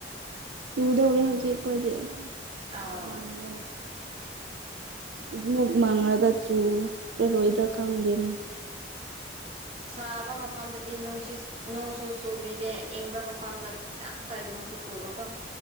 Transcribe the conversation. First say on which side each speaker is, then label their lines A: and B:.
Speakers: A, on the right; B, on the right.
A: ꯆꯨꯗꯧꯔꯦ ꯍꯧꯖꯤꯛ ꯑꯩꯈꯣꯏꯗꯤ
B: ꯑꯥꯎ
A: ꯅꯣꯡ ꯃꯥꯡꯉꯦꯕ ꯑꯗꯨꯃꯛ ꯃꯪꯂꯒ ꯆꯨꯔꯔꯣꯏꯗ꯭ꯔꯥ ꯈꯪꯗꯦꯅꯦ
B: ꯁꯥꯕ ꯃꯐꯝꯗꯗꯤ ꯅꯣꯡꯁꯤꯁ ꯅꯣꯡ ꯁꯨ ꯆꯨꯕꯤꯗꯦ ꯏꯪꯕ ꯃꯐꯝꯗ ꯇꯥꯞꯇꯥꯏ ꯅꯣꯡꯁꯨ ꯆꯨꯕꯀꯣ